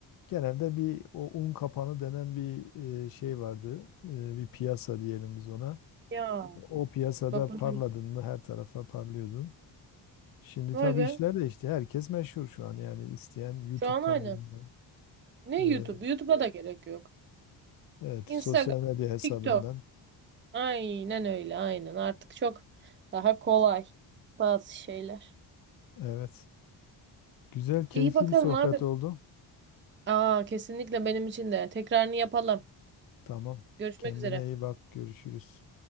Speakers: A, on the left (about 50°); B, on the right (about 25°).
A: genelde bir o un kapanı denen bir e, şey vardı. Ee, bir piyasa diyelim biz ona.
B: Ya
A: O piyasada
B: bak bunu
A: parladın mı her tarafa parlıyordun. Şimdi
B: Vay
A: tabii
B: be.
A: işler değişti. Herkes meşhur şu an yani isteyen YouTube
B: Şu an
A: kanalından,
B: aynen. Ne
A: e,
B: YouTube? YouTube'a da gerek yok.
A: evet
B: Instagram,
A: sosyal medya hesabından.
B: TikTok. Aynen öyle, aynen. Artık çok daha kolay bazı şeyler.
A: Evet. Güzel, keyifli
B: İyi bakalım
A: bir sohbet
B: abi.
A: oldu.
B: Aa, kesinlikle benim için de. Tekrarını yapalım.
A: Tamam.
B: Görüşmek
A: Kendine
B: üzere.
A: iyi bak. Görüşürüz.